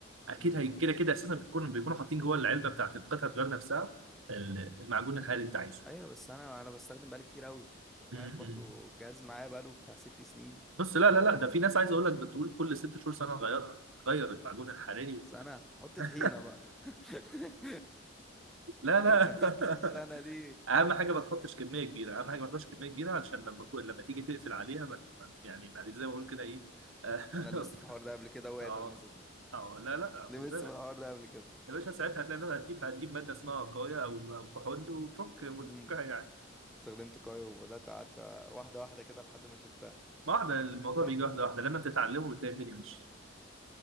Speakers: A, on the right; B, in the centre.
A: اكيد
B: مم.
A: هي كده كده اساسا بيكون بيكونوا حاطين جوه العلبه بتاعت القطعه الغيار نفسها ال- المعجون الحراري اللي انت عايزه
B: ايوه بس انا انا بستخدم بقالي كتير قوي انت
A: م-
B: فاهم برضو
A: م.
B: الجهاز معايا بقاله بتاع ست سنين
A: بص لا لا لا ده في ناس عايز اقول لك بتقول كل ست شهور سنه نغيرها غير المعجون الحراري
B: بس انا حط
A: <laughs>
B: طحينه بقى <laughs>
A: لا لا
B: أنا السنه دي
A: <laughs> اهم حاجه ما تحطش كميه كبيره اهم حاجه ما تحطش كميه كبيره علشان لما كو... لما تيجي تقفل عليها ما... ما- يعني ما زي ما بقول كده ايه <laughs>
B: انا لبست في الحوار ده قبل كده وقعت
A: اه
B: على المذر بورد
A: اه لا لا
B: لبست
A: خد بالك
B: في الحوار ده قبل كده
A: يا باشا ساعتها هتلاقي انها هتجيب هتجيب ماده اسمها وقايه او او كحول وتفك وتفكها
B: امم
A: يعني
B: استخدمت كايو وبدات قعدت واحده واحده كده لحد ما شلتها
A: واحده الموضوع
B: طب
A: بيجي واحده واحده لما بتتعلمه بتلاقي الدنيا ماشيه